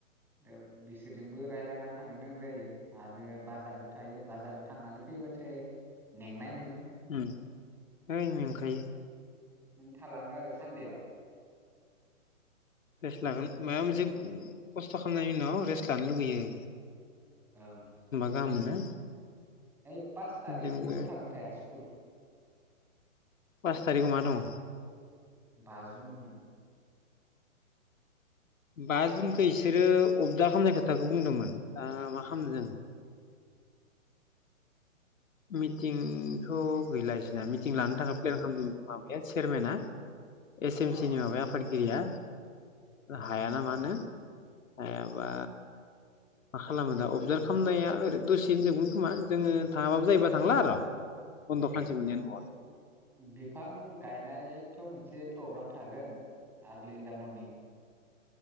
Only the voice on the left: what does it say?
उम ओइ मेंखायो।
रेस्ट लागोन माबा मोनसे खस्थ' खालामनायनि उनाव रेस्ट लानो लुगैयो।
गाहाम मोनो।
जोंबो
पास तारिकाव मा दङ?
बा जुनखौ इसोरो अबदा खालामनाय खोथाखौ बुंदोंमोन, दा मा खालामनो जों? मिटिंथ' गैला इसिना मिटिं लानो थाखाय प्लेन खालामदों माबाया चेरमेना। एस एम
एसनि माबाया आफाद गिरिया हाया नामा नो हायाबा मा खालामो दा अबजार्भ खालामनाया ओरै दसेयैनो जोबगोन खोमा जोङो थाङाबा जायोबा थांला आरो बन्द' खानसे मोननायानो बहत।